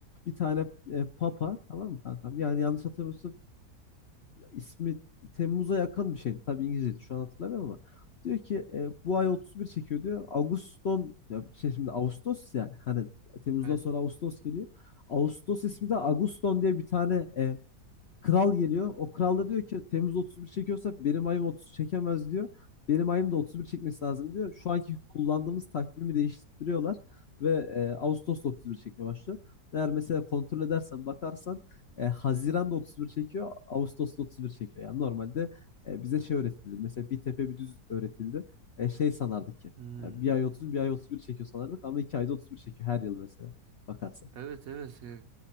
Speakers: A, on the left; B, on the right.
A: bir tane e, papa tamam mı kankam? Yani yanlış hatırlamıyorsun ismi Temmuz'a yakın bir şeydi. Tabii İngilizceydi şu an hatırlamıyorum ama. Diyor ki e, bu ay 31 çekiyor diyor. Ağuston ya şey şimdi Ağustos ya hani Temmuz'dan
B: Evet.
A: sonra Ağustos geliyor. Ağustos ismi de Ağuston diye bir tane e, Kral geliyor. O kral da diyor ki Temmuz 31 çekiyorsa benim ayım 30 çekemez diyor. Benim ayım da 31 çekmesi lazım diyor. Şu anki kullandığımız takvimi değiştiriyorlar ve e, Ağustos'ta 31 çekmeye başlıyor. Eğer mesela kontrol edersen bakarsan e, Haziran'da 31 çekiyor, Ağustos'ta 31 çekiyor. Yani normalde e, bize şey öğretildi. Mesela bir tepe bir düz öğretildi. E, şey sanardık ki
B: Hmm.
A: yani bir ay 30 bir ay 31 çekiyor sanardık ama iki ayda 31 çekiyor her yıl mesela bakarsan.
B: Evet evet e,